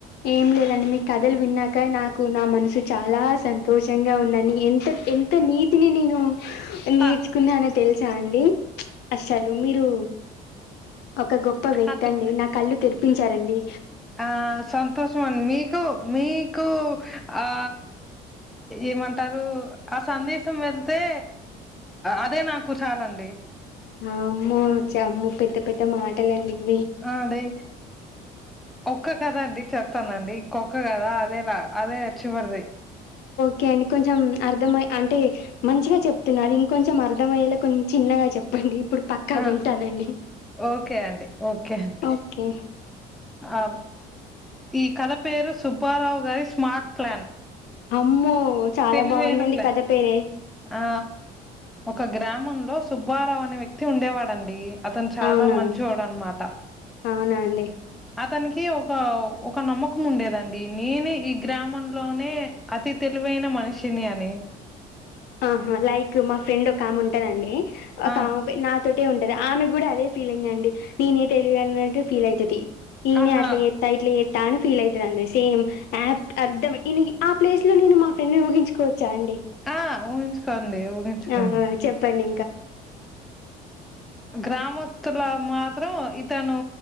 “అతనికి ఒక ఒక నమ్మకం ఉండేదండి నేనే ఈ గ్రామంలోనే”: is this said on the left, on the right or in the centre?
Centre